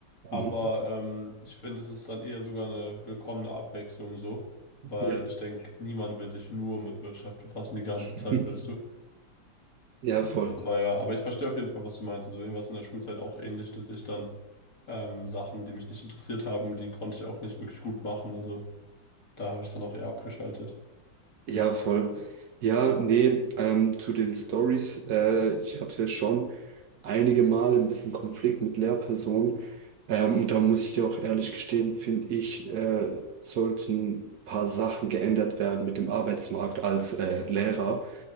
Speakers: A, on the left; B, on the right.
A: Aber
B: Mhm.
A: ähm, ich finde, es ist dann eher sogar eine willkommene Abwechslung so, weil
B: Ja.
A: ich denke, niemand will sich nur mit Wirtschaft befassen die ganze
B: <laughs>
A: Zeit, weißt du.
B: Ja, voll.
A: Aber ja, aber ich verstehe auf jeden Fall, was du meinst. Also irgendwas in der Schulzeit auch ähnlich, dass ich dann ähm, Sachen, die mich nicht interessiert haben, die konnte ich auch nicht wirklich gut machen. Also da habe ich dann auch eher abgeschaltet.
B: Ja, voll. Ja, nee, ähm, zu den Stories. Äh, ich hatte schon einige Male ein bisschen Konflikt mit Lehrpersonen. Ähm, und da muss ich dir auch ehrlich gestehen, finde ich, äh, sollten ein paar Sachen geändert werden mit dem Arbeitsmarkt als äh, Lehrer.